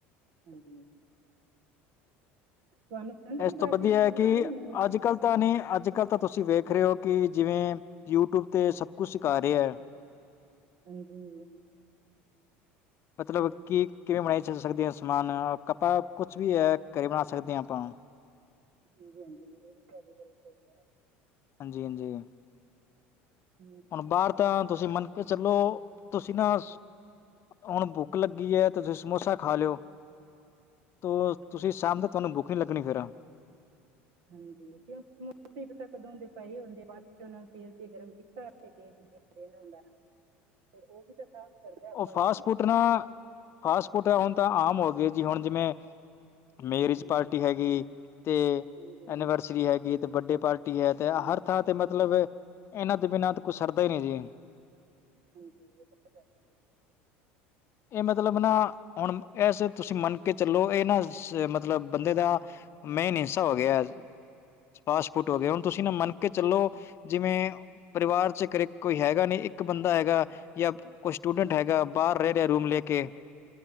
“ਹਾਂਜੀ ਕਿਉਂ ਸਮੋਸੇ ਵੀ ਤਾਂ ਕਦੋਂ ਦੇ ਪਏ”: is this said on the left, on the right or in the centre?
Right